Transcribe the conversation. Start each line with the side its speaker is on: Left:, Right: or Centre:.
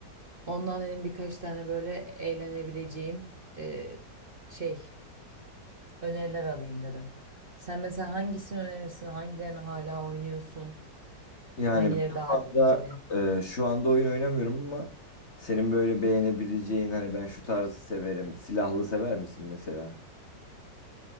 Right: Ondan dedim birkaç tane böyle eğlenebileceğim e, şey öneriler alayım dedim. Sen mesela hangisini önerirsin? Hangilerini hala oynuyorsun?
Left: Yani
Right: Hangileri
Left: ben şu
Right: daha etkili?
Left: anda e, şu anda oyun oynamıyorum ama senin böyle beğenebileceğin hani ben şu tarzı severim. Silahlı sever misin mesela?